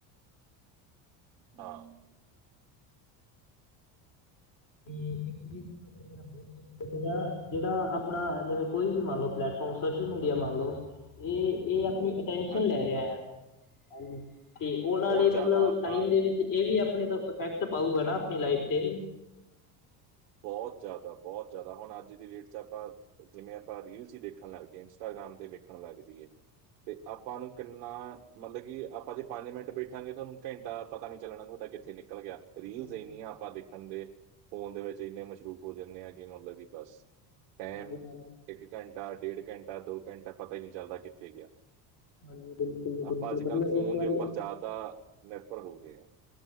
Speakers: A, on the right; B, on the left.
A: ਹਾਂ।
B: ਤੇ ਇੱਕ ਚੀਜ਼ ਮੇਰਾ ਜਿਹੜਾ ਆਪਣਾ ਜਿਵੇਂ ਕੋਈ ਵੀ ਮੰਨ ਲਓ ਪਲੈਟਫਾਰਮ ਸੋਸ਼ਲ ਮੀਡੀਆ ਮੰਨ ਲਓ ਏ ਏ। ਅਪਣੀ ਅਟੈਂਸ਼ਨ
A: ਹਾਂਜੀ
B: ਲੈ ਰਿਹਾ ਐ ਹਾਂਜੀ ਤੇ ਔ ਨਾਲੇ
A: ਬਹੁਤ
B: ਮਤਲਬ
A: ਜ਼ਿਆਦਾ ਆਪਾਂ
B: ਟਾਈਮ ਦੇ ਵਿੱਚ ਏਹ ਵੀ ਆ ਅਪਣੇ ਤੋ ਇਫੈਕਟ ਪਾਊਗਾ ਨਾ ਅਪਣੀ ਲਾਈਫ ਤੇ।
A: ਬੋਤ ਜਾਦਾ ਬਹੁਤ ਜਾਦਾ ਹੁਣ ਅੱਜ ਦੀ ਡੇਟ ਚ ਆਪਾਂ ਜਿਵੇਂ ਆਪਾਂ ਰੀਲਸ ਈ ਦੇਖਣ ਲੱਗ ਗਏ ਇੰਸਟਾ ਗਰਾਮ ਤੇ ਵੇਖਣ ਲੱਗ ਸੀਗੇ ਤੇ ਆਪਾਂ ਨੂੰ ਕਿੰਨਾ ਮਤਲਬ ਕਿ ਆਪਾਂ ਜੇ ਪੰਜ ਮਿੰਟ ਬੈਠਾਂਗੇ ਤੁਹਾਨੂੰ ਘੰਟਾ ਪਤਾ ਨੀ ਚੱਲਣਾ ਔਦਾ ਕਿਥੇ ਨਿਕ ਨਿਕਲ ਗਿਆ
B: ਹਾਂਜੀ
A: ਰੀਲਸ ਇੰਨੀਆਂ
B: ਬਿਲਕੁਲ
A: ਆਪਾਂ ਦੇਖਣ ਦੇ ਫੋਨ ਦੇ ਵਿੱਚ ਇੰਨੇ ਮਸ਼ਰੂਫ ਹੋ ਜਾਨੇ ਆਂ ਕਿ ਮਤਲਬ ਵੀ ਬਸ ਟਾਈਮ
B: ਹਾਂਜੀ ਹਾਂਜੀ
A: ਇੱਕ ਘੰਟਾ ਡੇਢ ਘੰਟ ਦੋ ਘੰਟਾ ਪਤਾ ਹੀ ਨਈ ਚੱਲਦਾ ਕਿੱਥੇ ਗਿਆ।
B: ਹਾਂਜੀ ਬਿਲਕੁਲ ਜੀ
A: ਆਪਾਂ
B: ਬਿਲਕੁਲ
A: ਅੱਜ ਕੱਲ
B: ਮਤਲਬ
A: ਫੋਨ
B: ਇੱਕ ਵਾਰੀ
A: ਦੇ ਉੱਪਰ ਜਾਦਾ ਨਿਰਪਰ ਹੋ ਗਏ ਹਾਂ।